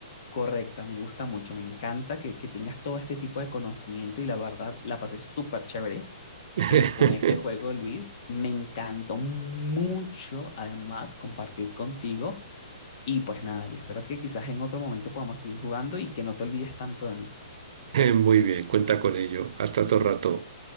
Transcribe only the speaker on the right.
<laughs>
Muy bien, cuenta con ello. Hasta otro rato.